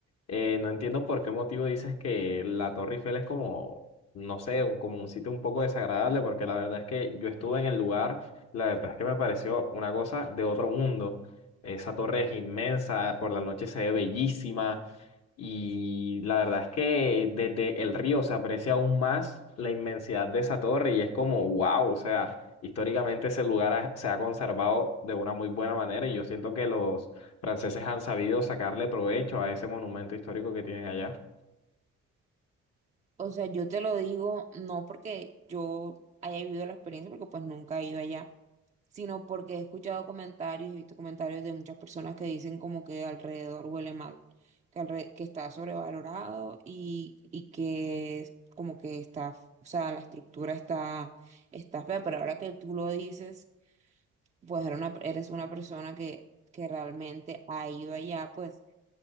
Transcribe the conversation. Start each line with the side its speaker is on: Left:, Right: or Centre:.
Left: eh, no entiendo por qué motivo dices que la Torre Eiffel es como, no sé, un- como un sitio un poco desagradable, porque la verdad es que yo estuve en el lugar, la verdad es que me pareció una cosa de otro mundo. Esa torre es inmensa, por la noche se ve bellísima, y la verdad es que desde el río se aprecia aún más la inmensidad de esa torre y es como, wow, o sea, históricamente ese lugar ha- se ha conservado de una muy buena manera y yo siento que los franceses han sabido sacarle provecho a ese monumento histórico que tienen allá.
Right: O sea, yo te lo digo no porque yo haya vivido la experiencia, porque pues nunca he ido allá sino porque he escuchado comentarios y he visto comentarios de muchas personas que dicen como que alrededor huele mal, que, alre- que está sobrevalorado y, y que es como que está, o sea, la estructura está, está fea, pero ahora que tú lo dices, pues eres una, eres una persona que, que realmente ha ido allá, pues